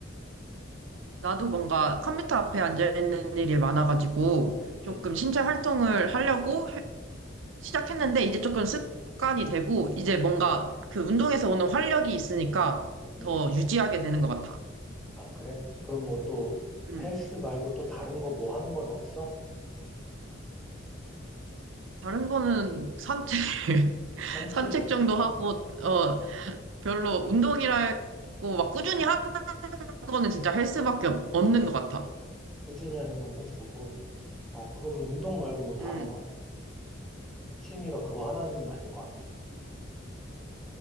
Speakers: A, on the right; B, in the centre.
A: 나도 뭔가 컴퓨터 앞에 앉아있는 일이 많아가지고
B: 응,
A: 조금 신체 활동을 하려고 해- 시작했는데 이제 조금 습관이 되고 이제 뭔가 그 운동에서 오는 활력이 있으니까
B: 응.
A: 더 유지하게 되는 것 같아.
B: 아, 그래? 그럼 뭐 또
A: 음,
B: 헬스 말고 또 다른 거 뭐 하는 건 없어?
A: 다른 거는 산책, <laughs>
B: 산책
A: 산책
B: 좋지.
A: 정도 하고, 어,
B: 어,
A: 별로 운동이라고 막 꾸준히 하는 거는 진짜 헬스밖에 없- 없는 것 같아.
B: 꾸준히 하는 건 헬스고. 어, 그러면 운동 말고 뭐 다른
A: 음,
B: 거는? 취미가 그거 하나는 아닐 거 아니야.